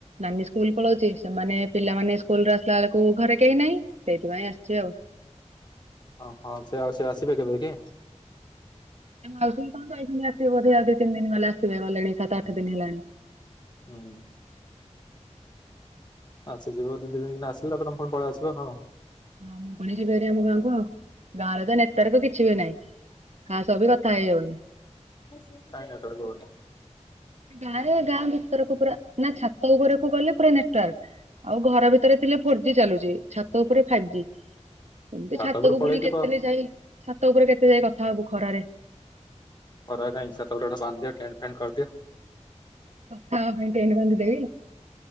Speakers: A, on the right (about 65°); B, on the left (about 35°).
A: ନାନୀ ସ୍କୁଲ ପଳାଉଛି ସେମାନେ ପିଲାମାନେ ସ୍କୁଲରେ ଆସିଲା ବେଳକୁ ଘରେ କେହି ନାହିଁ ସେଇଥିପାଇଁ ଆସିଛି ଆଉ
B: ଓହଁ ସେ ଆଉ ସେ ଆସିବେ କେବେ କି
A: ଆଉ କହ ତ ଯଇି ଆସିବ ବୋଧେ ଆଉ ଦି ତିନ ଦିନ ହେଲେ ଆସିବେ ଗଲେଣି ସାତ ଆଠ ଦିନ ହେଲାଣି
B: ହୁଁ ଆଚଛା ଯିବ ଦି ଦିନ ଦିନ ଆସିବ ତା ତମ ପଳେଇ ଆସିବ ହଁ
A: ହଁ ମୁଁ ପୁଣି ଯିବିାରି ଆମ ଗାଁ କ ଆଉ ଗାଁ ର ତ ନେତାରକ କିଛି ବି ନାହିଁ କା ସବି କଥା ହେଇଯାଉନି
B: କହିଁ ନ କରଦଉନ
A: ଗାଁରେ ଗାଁ ଭିତରକୁ ପୁରା ନା ଛାତ ଉପରକୁ ଗଲେ ପୁରା ନ ଆଉ ଘର ଭିତରେ ଥିଲେ ଫୋର ଜ ଚାଲୁଛି ଛାତ ଉପରେ ଫାଇଭ ଜ ଏମିତି
B: ଛାତ
A: ଛାତକୁ
B: ଉପରୁ ପଳେଇ
A: ପୁଣି
B: ଯିବ।
A: କେତେ ଯାଇ ଛାତ ଉପରେ କେତେ ଯାଇ କଥା ହବ ଖରାରେ
B: ହ ହିଂସତାଟା ବାନ୍ଧ ଦି ଟେଣ୍ଟ ଫଣ୍ଟ କରଦି
A: ହ ମଣ୍ଟ ନ ବନ୍ଦଦେବ